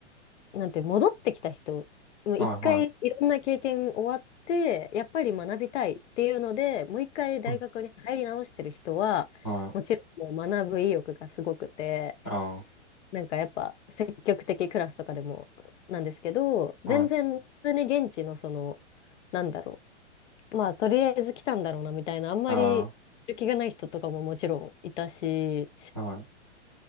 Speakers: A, on the left; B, in the centre.
A: なんて戻ってきた人、もう一回いろんな経験終わって、
B: はいは
A: やっぱり学びたいっていうので、もう一回大学に入り直してる人は、
B: い。うんはい。
A: もちろんもう学ぶ意欲がすごくて、
B: あ
A: なんかやっぱ積極的クラスとかでもなんですけど、
B: あ、
A: 全然普通に現地のその、
B: はい。
A: なんだろう、まあとりあえず来たんだろうなみたいな、あんまりやる気がない人とかももちろんいたし、
B: ああ、はい。